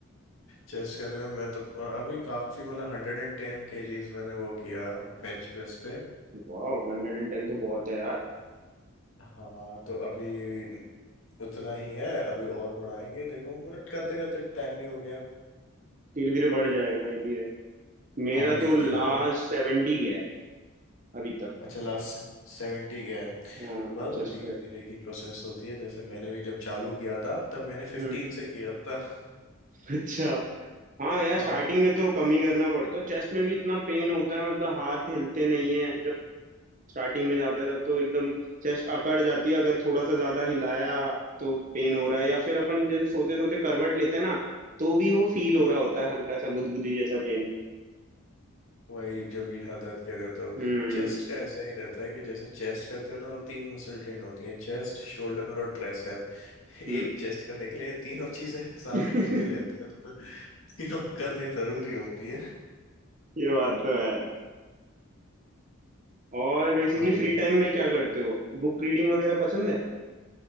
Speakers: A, on the left; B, on the right.
A: चेस्ट करने में मैं तो अभी काफी मतलब हंड्रेड एंड टेन केजीज मैंने वो किया बेंच प्रेस पे
B: वाह हंड्रेड एंड टेन तो बहुत है
A: हाँ तो अभी उतना ही है अभी और बढ़ाएंगे देखो मतलब करते करते टाइम भी हो गया
B: धीरे धीरे बढ़ जाएगा ये भी है मेरा
A: हाँ धीरे
B: तो लास्ट
A: धीरे और
B: सेवेंटी है अभी तक
A: अच्छा लास्ट सेवेंटी गया है
B: हाँ
A: बस वो
B: चेस्ट
A: धीरे
B: पे
A: धीरे की प्रोसेस होती है जैसे मैंने भी जब चालू किया था तब मैंने फिफ्टीन
B: हम्म
A: से किया था
B: अच्छा हाँ यार
A: <laughs> हाँ
B: स्टार्टिंग में तो कम ही करना पड़ता है चेस्ट में भी इतना पेन होता है मतलब हाथ हिलते नहीं है जब स्टार्टिंग में जाता है तब तो एकदम चेस्ट अकड़ जाती है अगर थोड़ा सा ज्यादा हिलाया तो पेन हो रहा है या फिर अपन जैसे सोते सोते करवट लेते हैं ना तो भी वो फील हो रहा होता है हल्का सा गुदगुदी जैसा पेन
A: वही जब मीठा दर्द कह रहे हो तो
B: हम्म
A: चेस्ट का ऐसा ही रहता है कि जैसे चेस्ट करते हो ना तो तीन मसल ट्रेन होती हैं चेस्ट शोल्डर और ट्राइसेप
B: हम्म
A: एक चेस्ट करने के लिए तीनों चीजें साथ
B: <laughs>
A: में होती रहती है तो तीनों करनी जरूरी होती है
B: ये बात तो है और बेसिकली
A: हाँ
B: फ्री टाइम में क्या करते हो बुक रीडिंग वगैरह पसंद है